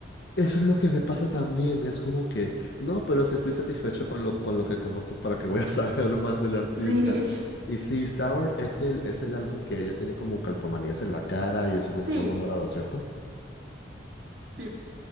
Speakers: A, on the left (about 60°); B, on the right (about 85°).
A: Eso es lo que me pasa también, es como que, no, pero si estoy satisfecho con lo, con lo que conozco, ¿para que voy a <laughs> saber más del artista?
B: Sí,
A: Y sí, Sour es el, es el álbum que ella tiene como calcomanías en la cara y es
B: <laughs>
A: en un fondo morado,
B: sí,
A: ¿cierto?
B: sí,